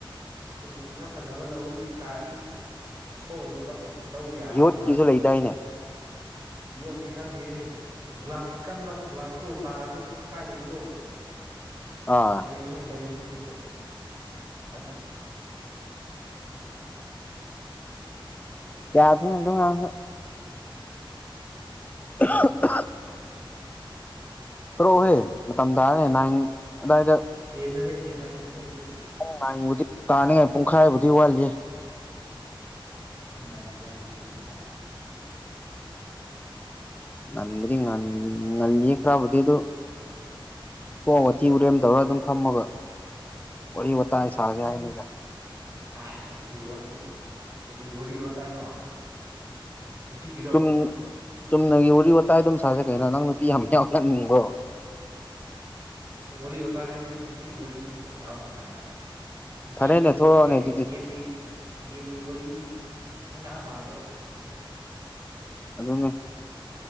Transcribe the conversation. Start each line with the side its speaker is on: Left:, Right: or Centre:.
Right: ꯀ꯭ꯋꯥꯂꯤꯇꯤ ꯈꯔ ꯐꯖꯕ ꯂꯧꯔꯨꯗꯤ ꯇꯥꯔꯁꯨ ꯁꯣꯛꯔꯣꯏꯗꯕ ꯢ ꯂꯧ ꯌꯥꯕꯅꯦ
Left: ꯌꯣꯠꯀꯤꯁꯨ
Right: ꯃꯥꯗꯣ
Left: ꯂꯩꯗꯥꯏꯅꯦ
Right: ꯌꯨꯕꯨꯗꯤ ꯈꯪꯗꯦꯍꯦ ꯒ꯭ꯂꯥꯁꯀꯤ ꯀꯟꯕ ꯒ꯭ꯂꯥꯁꯇꯣ ꯇꯥꯔꯁꯨ ꯀꯥꯏꯗꯕꯗꯣ
Left: ꯑꯥ
Right: ꯂꯩꯕꯅꯦ ꯂꯩꯕꯅꯦ ꯑꯗꯨ ꯈꯪꯗꯦ
Left: <unintelligible> <unintelligible> ꯊꯣꯔꯛꯎꯍꯦ ꯃꯇꯝ ꯇꯥꯔꯅꯦ ꯅꯥꯏꯟ ꯑꯗꯥꯏꯗ
Right: <unintelligible> ꯇꯦꯟ ꯊꯥꯔꯇꯤꯗꯅꯦ ꯑꯗꯨ
Left: ꯄꯨꯡ ꯅꯥꯏꯟꯕꯨꯗꯤ ꯇꯥꯅꯤ ꯄꯨꯡꯈꯥꯏꯕꯨꯗꯤ ꯋꯥꯠꯂꯤ
Right: ꯉꯜꯂꯤ ꯍꯥꯏꯗꯨ ꯗꯨꯅꯤꯗꯥ
Left: ꯉꯟꯕꯨꯗꯤ ꯉ ꯉꯜꯂꯤꯌꯦ ꯈꯔꯕꯨꯗꯤ ꯑꯗꯨ ꯊ ꯋꯥꯊꯤ ꯎꯔꯦꯝ ꯇꯧꯔꯒ ꯑꯗꯨꯝ ꯐꯝꯃꯒ ꯋꯥꯔꯤ ꯋꯥꯇꯥꯥꯏ ꯁꯥꯖꯦꯗ
Right: ꯑꯦꯆ ꯀꯔꯤ ꯋꯥꯔꯤ ꯋꯥꯔꯤ ꯋꯥꯇꯥ ꯅ ꯋꯥ ꯅꯨꯄꯤꯒꯤꯔꯣ
Left: ꯆꯨꯝ ꯆꯨꯝꯅꯒꯤ ꯋꯥꯔꯤ ꯋꯥꯇꯥꯏ ꯑꯗꯨꯝ ꯁꯥꯁꯦ ꯀꯩꯅꯣ ꯅꯪ ꯅꯨꯄꯤ ꯌꯥꯝ ꯌꯥꯎꯍꯟꯅꯤꯡꯕ꯭ꯔꯣ
Right: ꯋꯥꯔꯤ ꯋꯇꯥꯏ ꯍꯥꯏꯗꯤ ꯅꯨꯄꯤꯒꯤ ꯋꯥꯔꯤꯗꯤ ꯈꯔꯥ ꯁꯥꯕ ꯅꯨꯡꯉꯥꯏꯅꯥ ꯒꯦꯝꯒꯤ
Left: ꯐꯔꯦꯅꯦ
Right: ꯅꯨꯄꯤ
Left: ꯊꯣꯛꯂꯛꯑꯣꯅꯦ
Right: ꯑꯦ
Left: ꯑꯗꯨꯗꯤ
Right: ꯒꯦꯝꯒꯤ ꯑꯁ ꯒꯦꯝꯒꯤ ꯋꯥꯔꯤ ꯗꯤ ꯑꯉꯥꯡ ꯃꯥꯜꯂꯦꯕ
Left: ꯑꯗꯨꯅꯦ